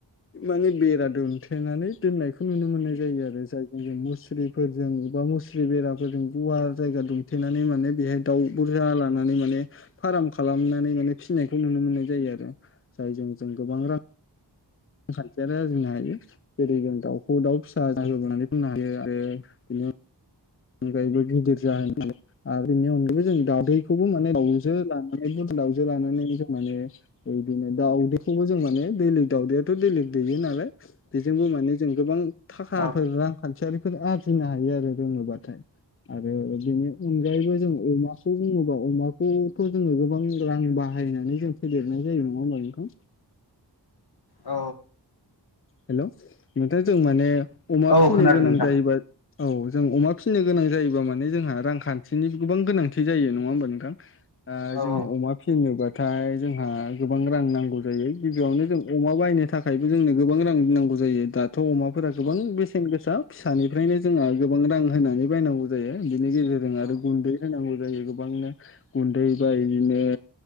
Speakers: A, on the left; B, on the left.
A: माने बेरा दुमथेनानै दोननाय खौ नुनो मोननाय जायो आरो जाय जों मुस्रिफोरजों बा मुस्रि बेराफोरजों गुवार जायगा दुमथेनानै माने बेहाय दाउ बुरजा लानानै माने फाराम खालामनानै माने फिसिनायखौ नुनो मोननाय जायो आरो जायजों जों गोबां रां रांखान्थियारि आरजिनो हायो जेरै जों दाउखौ दाउ फिसा जाहोबोनानै बुंनो हायो आरो बिनो अनगायैबो गिदिर जाहोन <unintelligible> आरो बेनि अनगायबो जों दादैखौबो माने दाउजो लाना माने बुरजा दाउजो लानानै जों माने बिदिनो दाउदैखौबो जों माने बेलेग दाउदैआथ' बेले गं दैयो नालाय बेजोंबो माने जों गोबां थाखाफोर
B: औ
A: रांखान्थियारिफोर आरजिनो हायो आरो रोङोब्ला थाय आरो बेनि अनगायैबो जों अमाखौ बुङोबा अमाखौथ' जोंङो गोबां रां बाहाय बाहायनानै जों फेदेरनाय जायो नङा होमब्ला बेखौ
B: औ
A: हेल' नोंथां जों माने अमा
B: औ
A: फिनो
B: खोनादों
A: गोनां
B: नोंथां
A: जायोबा औ जों अमा फिसिनो गोनां जायोबा माने जोंहा रांखान्थिनि गोबां गोनांथि जायो नङा होमबा नोंथां जों
B: औ
A: अमा फिसिनोबा नाथाय जोंहा गोबां रां नांगौ जायो गिबियावनो जों अमा बायनो थाखायबो जोंनो गोबां रां नांगौ जायो दा थ' अमाफोरा गोबां
B: औ
A: बेसेन गोसा फिसानिफ्रायनो जोंहा गोबां रां होनानै बायनांगौ जायो बिदिनो गेजेरजों
B: औ
A: आरो गुन्दै होनांगौ। जायो गोबांनो गुन्दै बा बिदिनो